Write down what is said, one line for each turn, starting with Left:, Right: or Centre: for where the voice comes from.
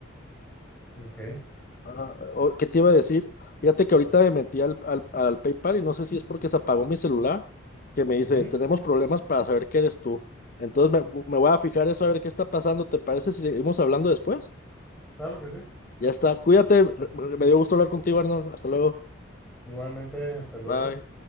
Centre: ok.
Left: Ah, o- ¿qué te iba a decir? Fíjate que ahorita me metí al, al, al PayPal y no sé si es porque se apagó mi celular, que me dice,
Centre: Ujú,
Left: tenemos problemas para saber que eres tú. Entonces me, me voy a fijar eso a ver qué está pasando. ¿Te parece si seguimos hablando después?
Centre: Claro que sí.
Left: Ya está. Cuídate. Me me dio gusto hablar contigo, Arnold. Hasta luego.
Centre: Igualmente, hasta luego.
Left: Bye.